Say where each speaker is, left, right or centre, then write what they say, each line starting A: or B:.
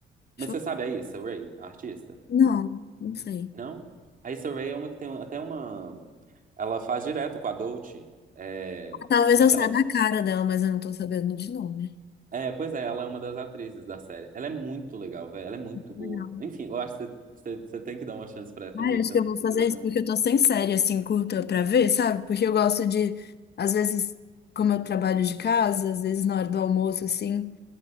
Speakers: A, on the left; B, on the right.
A: Deixa
B: Mas você
A: eu-
B: sabe a Issa Rae, a artista?
A: Não,
B: Hum.
A: não sei.
B: Não? A Issa Rae é uma que tem até uma. Ela faz direto com a Dolce. É...
A: Ah, Talvez
B: Aquela.
A: eu saiba a cara dela, mas eu não tô sabendo de nome.
B: É, pois é, ela é uma das atrizes da série. Ela é muito legal, velho. Ela é muito boa.
A: Legal.
B: Enfim, eu acho que você você- você tem que dar uma chance pra ela
A: Ah,
B: um dia
A: eu
B: que
A: acho
B: você,
A: que eu
B: você
A: vou fazer
B: quiser. Não.
A: isso porque eu tô sem série assim curta pra ver, sabe? Porque eu gosto de, às vezes, como eu trabalho de casa, às vezes na hora do almoço, assim.